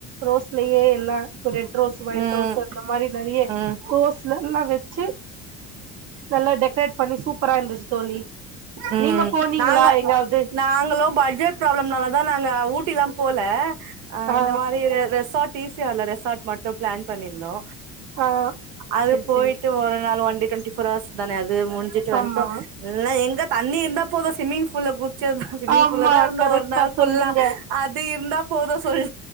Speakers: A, on the right; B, on the right.
A: ரோஸ்லயே எல்லா இப்ப ரெட் ரோஸ் ஒயிட்
B: ம்
A: ரோஸ் அந்த மாரி ந நறைய
B: ம்
A: ரோஸ்லா எல்லா வெச்சி நல்லா டெக்ரேட் பண்ணி சூப் ப்பரா இருந்துச்சி தோழி
B: ம்
A: நீங்க போனீங்களா
B: நாங்க
A: எங்காவது
B: நாங்களு பட்ஜெட் ப்ராப்ளம்னால தா நாங்க ஊட்டிலாம் போல அ
A: ஆ
B: இந்த மாரி ரெசாட் ஈ ஸி ஆர் ல ரெசாட் மட்டு பிளான் பண்ணிருந்தோ
A: ஆ
B: அது
A: செரி
B: போயிட்டு
A: செரி
B: ஒரு நாள் ஒன்லி டுவெண்ட்டி ஃபோர் அவர்ஸ் தானே அது முடிஞ்சிட்டு வன்டோ
A: ஆமா
B: எல்லா எங்க தண்ணி இருந்தா போதோ ஸ்விம்மிங் ஃபூல்ல குச்சத்தா ஸ்விம்மிங்
A: ஆமா
B: ஃபூல்ல தா இருந்தோ
A: கரெக்டா
B: ஒரு நாள் ஃபுல்லா
A: சொன்னீங்க
B: அது இருந்தா போதோ சொல்